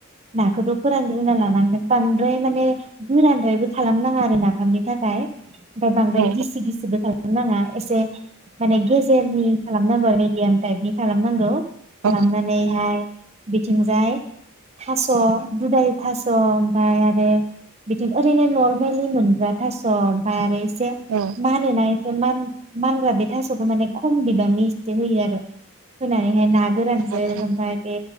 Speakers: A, on the right; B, on the right.
A: नाखौथ' फोरानग्रोना लानांगोन। बांद्राय माने गोरानद्रायबो खालाम नाङा आरो नाफामनि थाखाय ओमफाय बांद्राय
B: औ
A: गिबि गिसिबो खालाम नो नाङा इसे माने गेजेरनि खालामनांगौ गियान टाइपनि खालामनांगौ
B: औ
A: खालामनानैहाय बिथिंजाय थास' दुदालि थास' ओमफाय आरो बिथिं ओरैनो नरमेलि मोनग्रा थास' ओमफाय आरो एसे
B: औ
A: <unintelligible> मान मानग्रा बे थास'खौ माने खम बिबांनि एसे होयो आरो होनानैहाय
B: औ
A: ना गोरानजों
B: नंगौ नामा?
A: ओमफाय बे